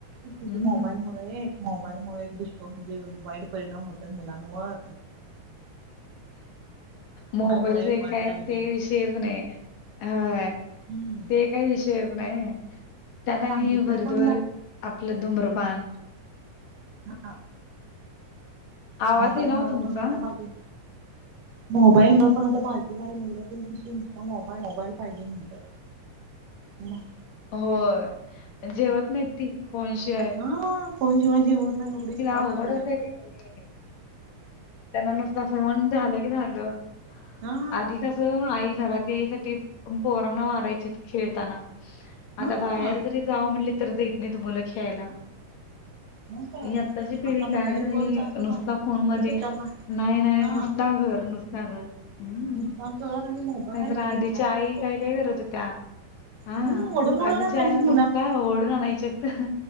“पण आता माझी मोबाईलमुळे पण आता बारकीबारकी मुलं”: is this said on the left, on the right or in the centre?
Right